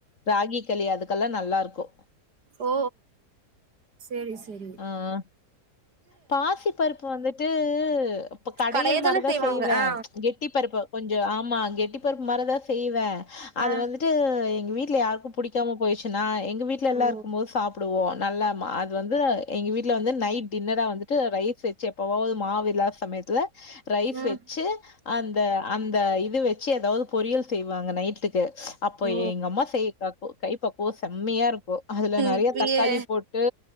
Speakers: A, on the left; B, on the right.
A: ராகிக்களி அதுக்கெல்லா நல்லா இருக்கு
B: ஓ சேரி செரி
A: ஆ பாசி பருப்பு வந்துட்டூ இப்ப கடையல்
B: கடைய
A: மாரிதா
B: தான செய்வாங்க
A: செய்வே
B: ஆ
A: கெட்டி பருப்பு கொஞ்சொ ஆமா கெட்டி பருப்பு மாரிதா செய்யிவே அது
B: ஆ
A: வந்துட்டு எங்க வீட்ல யாருக்கு புடிக்காம போயிச்சு நா எங்க வீட்ல எல்லா
B: ஓ
A: இருக்கும் போது சாப்டுவோ நல்ல ம அது வந்து எங்க வீட்ல வந்து நைட் டின்னரா வந்துட்டு ரைஸ் வச்சு எப்பவாவது மாவில்லாத சமயத்துல ரைஸ்
B: ம்
A: வச்சு அந்த அந்த இது வச்சி ஏதாவது பொரியல் செய்வாங்க நைட்டுக் கு அப்போ
B: ஓ
A: எங்க அம்மா செய் காக்கு கைப்பக்குவோ செம்மையா இருக் கு அதுல நெறைய
B: இப்பயே
A: தக்காளி போட்டு